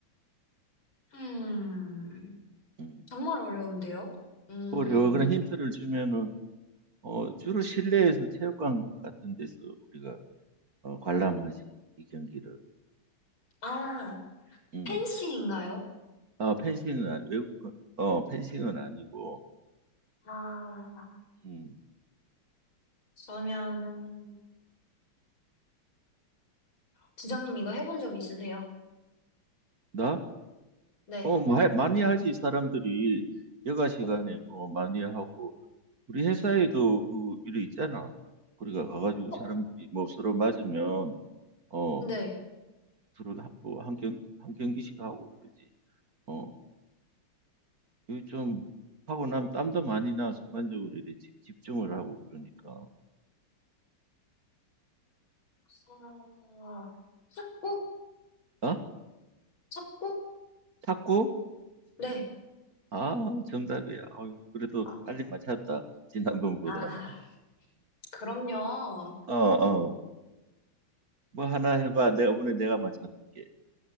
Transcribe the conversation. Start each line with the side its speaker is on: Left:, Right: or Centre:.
Left: 음,
Right: 음.
Left: 정말 어려운데요? 음,
Right: 어려워. 그런 힌트를 주면은 어, 주로 실내에서 체육관 같은 데서 우리가 어, 관람하지. 이 경기를.
Left: 아,
Right: 음.
Left: 펜싱인가요?
Right: 아, 펜싱은 아니- 외국 거- 어, 펜싱은 아니고.
Left: 아,
Right: 음.
Left: 그러면은, 지장님 이거 해본 적 있으세요?
Right: 나?
Left: 네.
Right: 어, 마, 많이 하지 사람들이 여가 시간에
Left: 어,
Right: 뭐 많이 하고 우리 회사에도 그 일이 있잖아. 우리가 가가지고
Left: 어,
Right: 사람들이 뭐 서로 맞으면 어
Left: 네.
Right: 서로 하- 뭐 한경 한 경기씩 하고 그러지. 어 이거 좀 하고 나면 땀도 많이 나 순간적으로 이래 집, 집중을 하고 그러니까.
Left: 아, 찾고?
Right: 어?
Left: 찾고?
Right: 탁구?
Left: 네.
Right: 아 정답이야. 어이, 그래도
Left: 아,
Right: 빨리 맞췄다. 지난번보다는.
Left: 아, 그럼요.
Right: 어, 어, 어. 뭐 하나 해봐. 내가 오늘 내가 맞춰볼게.